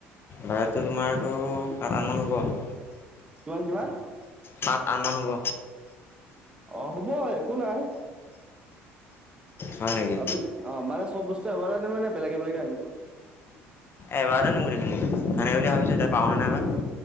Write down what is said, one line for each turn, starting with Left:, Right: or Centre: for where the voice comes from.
Left: বাজেটটো তোমাৰটো সাত হাজাৰ মান হ'ব।
Right: কিমান কিমান?
Left: সাত, আঠ মান হ'ব।
Right: অ' হ'ব একো নাই।
Left: হয় নেকি
Right: আপুনি অ' মানে চব বস্তু এবাৰে আনিব নে বেলেগে বেলেগে আনিব?
Left: এবাৰত আনিম গোটেইখিনি, ভালে বুলি ভাবিছোঁ এতিয়া পাৰোঁ নে নাই বা।